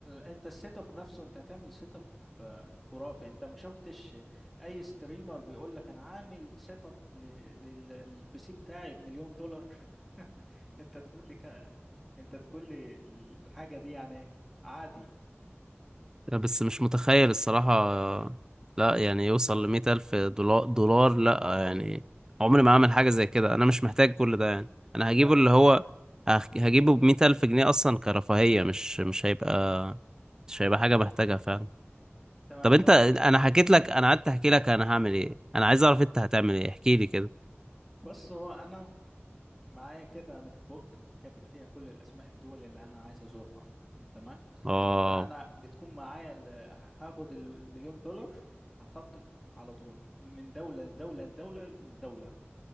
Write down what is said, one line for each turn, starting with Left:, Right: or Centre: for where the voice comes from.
Centre: أنت السيت أب نفسه أنت هتعمل سيت أب خرافي أنت ما شفتش أي ستريمر بيقول لك أنا عامل سيت أب للبي سي بتاعي بمليون دولار <laughs> أنت تقول لي كده أنت تقول لي الحاجة دي يعني عادي
Right: بس مش متخيل الصراحة لا يعني يوصل لمئة ألف دولار دولار لا يعني عمري ما أعمل حاجة زي كده أنا مش محتاج كل ده يعني أنا هجيبه
Centre: طب
Right: اللي هو هخ- هجيبه بمئة ألف جنيه أصلا كرفاهية مش مش هيبقى مش هيبقى حاجة بحتاجها فعلا
Centre: تمام
Right: طب انت
Centre: طب أنت
Right: انا حكيت لك انا قعدت احكي لك انا هعمل ايه انا عايز اعرف انت هتعمل ايه احكي لي كده
Centre: بص هو أنا معايا كده نوت بوك كاتب فيها كل الأسماء الدول اللي أنا عايز أزورها تمام
Right: اه
Centre: فانا بتكون معايا ال- هاخد المليون دولار هخطط على طول من دوله لدوله لدوله لدوله